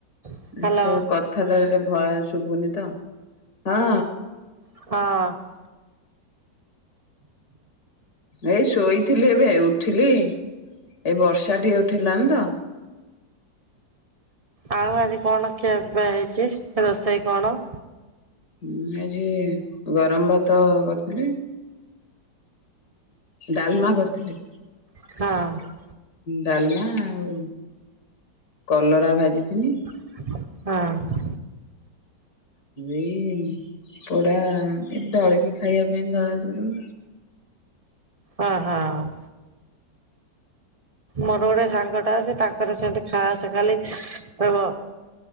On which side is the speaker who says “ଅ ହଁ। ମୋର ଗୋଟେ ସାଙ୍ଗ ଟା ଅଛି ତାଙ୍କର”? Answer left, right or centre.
Right